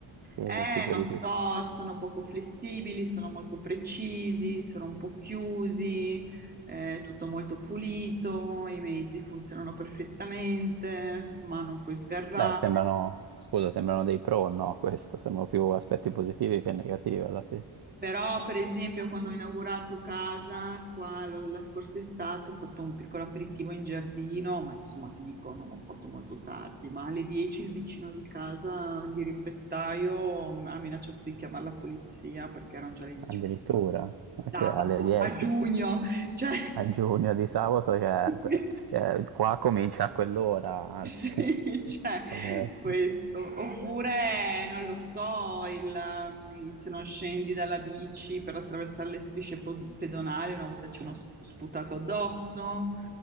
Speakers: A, on the right (about 50°); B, on the right (about 20°).
A: che
B: Eh,
A: tipo
B: non
A: di
B: so,
A: questo?
B: sono poco flessibili, sono molto precisi, sono un po' chiusi, eh, tutto molto pulito, i mezzi funzionano perfettamente, ma non puoi sgarrare.
A: Beh, sembrano, scusa, sembrano dei pro, no, questo, sembrano più aspetti positivi che negativi alla fine.
B: Però, per esempio, quando ho inaugurato casa qua lo- la scorsa estate, ho fatto un piccolo aperitivo in giardino, ma insomma ti dico, non ho fatto molto tardi, ma alle 10 il vicino di casa, il dirimpettaio, ha minacciato di chiamare la polizia perché erano già le 10
A: Addirittura, ma
B: di sabato
A: che alle 10?
B: a giugno, cioè...
A: A giugno di sabato, cioè,
B: <laughs>
A: beh, cioè, qua comincia a quell'ora,
B: <laughs>
A: anzi,
B: Sì, c'è
A: <laughs> la festa.
B: questo. Oppure, non lo so, il, um, se non scendi dalla bici per attraversare le strisce po- pedonali, una volta ci hanno sp- sputato addosso.